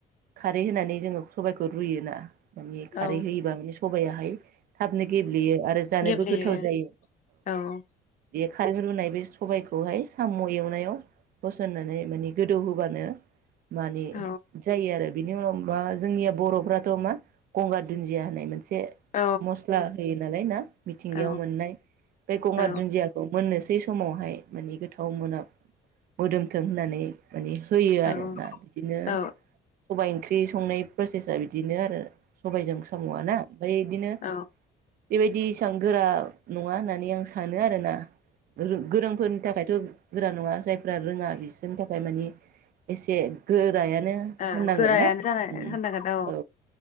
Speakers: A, on the right; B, on the left.
A: खारै होनानै जोङो सबायखौ रुयोना? माने खारै
B: औ
A: होयोबा सबायाहाय थाबनो गेब ब्लेयो आरो जानोबो
B: गेब्लेयो
A: गोथाव जायो।
B: औ
A: बे खारै रुनाय बे सबायखौहाय साम' एवनायाव होसननानै माने गोदौ होबानो मानि
B: औ
A: जायो आरो। बिनि उनाव मा जोंनिया बर'फ्राथ' मा गंगार दुन्दिया होननाय मोनसे से
B: औ
A: मस्ला होयो नालाय ना मिथिंगायाव
B: औ
A: मोननाय? बे गंगार
B: औ
A: दुन्दियाखौ मोन नोसै समावहाय माने गोथाव मोनाम मोदोमथों होननानै माने होयो
B: औ
A: आरो ना बिदिनो
B: औ
A: सबाइ ओंख्रि संनाय प्रसेसा बिदिनो आरो। सबायाइजों साम'वाना ओमफाय बिदिनो
B: औ
A: बेबायदि एसां गोरा नङा होननानै आं सानो आरोना। गोरों गोरोंफोरनि थाखायथ' गोरा नङा जायफ्रा रोङा बिसोरनि थाखाय मानि एसे गोरायानो नो‌
B: ओ
A: होननांगोन
B: गोरायानो
A: ना
B: जानाय
A: उम
B: होननांगोन
A: औ